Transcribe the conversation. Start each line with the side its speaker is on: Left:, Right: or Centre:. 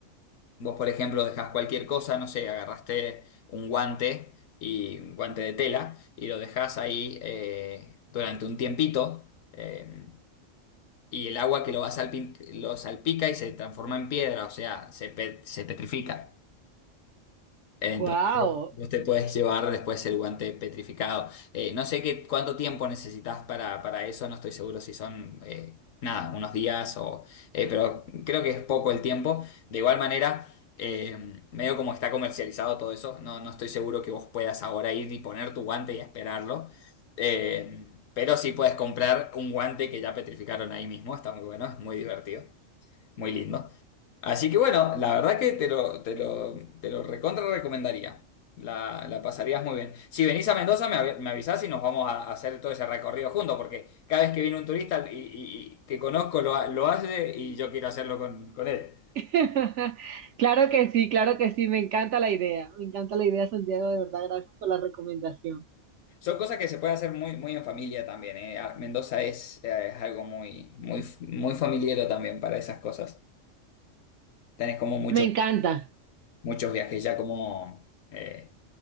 Left: vos, por ejemplo, dejás cualquier cosa, no sé, agarraste un guante y un guante de tela y lo dejás ahí eh, durante un tiempito. eh, y el agua que lo, va salpin- lo salpica y se transforma en piedra, o sea, se, pe- se petrifica. Entonces,
Right: ¡Wow!
Left: vos te puedes llevar después el guante petrificado. Eh, no sé qué, cuánto tiempo necesitas para, para eso, no estoy seguro si son, eh, nada, unos días o... eh, pero creo que es poco el tiempo. De igual manera... eh, medio como está comercializado todo eso, no, no estoy seguro que vos puedas ahora ir y poner tu guante y esperarlo. Eh, pero sí puedes comprar un guante que ya petrificaron ahí mismo, está muy bueno, es muy divertido. Muy lindo. Así que bueno, la verdad que te lo, te lo, te lo recontra recomendaría. La, la pasarías muy bien. Si venís a Mendoza, me, av- me avisás y nos vamos a, hacer todo ese recorrido juntos, porque cada vez que viene un turista y, y- y que conozco lo, ha- lo hace y yo quiero hacerlo con, con él.
Right: <laughs> Claro que sí, claro que sí, me encanta la idea, me encanta la idea, Santiago, de verdad, gracias por la recomendación.
Left: Son cosas que se pueden hacer muy, muy en familia también, eh. Ah, Mendoza es, eh, es algo muy, muy, muy familiero también para esas cosas. Tenés como muchos,
Right: Me encanta.
Left: muchos viajes ya como... eh,